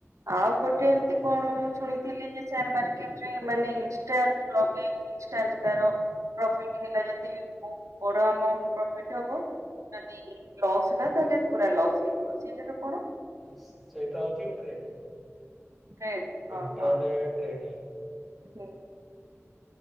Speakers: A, on the right; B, in the centre.
A: ଆଉ ଗୋଟେ ଏମିତି
B: ହଁ
A: କଣ ମୁଁ ଶୁଣି ଥିଲି ଯେ ସେୟାର ମାର୍କେଟ ରେ ମାନେ ଇନ୍‌ଷ୍ଟା ବ୍ଲଲକ୍। ଇଷ୍ଟା ତାର ପ୍ରଫିଟ ହେଲା ଯଦି ବ ବଡ ଆ ପ୍ରଫିଟ ହବ ଯଦି। ଲସ୍ ଟ ତାହଲେ ପୁରା ଲସ୍ ହେଇଯିବ ସେଇଟାର କଣ?
B: ସେଇଟା ହଉଚି ଟ୍ରେଡ
A: ଟ୍ରେଡ ହଁ
B: ଇଣ୍ଟ।
A: ହଁ
B: ରେ ଟ୍ରେଡ୍‌।
A: ହୁଁ।